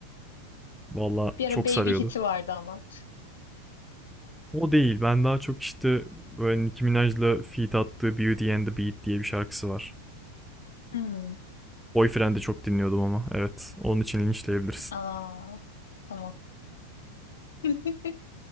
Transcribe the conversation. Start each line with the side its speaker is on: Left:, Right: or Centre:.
Centre: Valla
Left: Bir
Centre: çok
Left: ara Baby
Centre: sarıyordu.
Left: Hit'i vardı ama.
Centre: O değil. Ben daha çok işte böyle Nicki Minaj'la feat attığı Beauty and the Beat diye bir şarkısı var.
Left: Hmm.
Centre: Boyfriend'i çok dinliyordum ama. Evet. Onun için linçleyebilirsin.
Left: Aa, tamam. <laughs>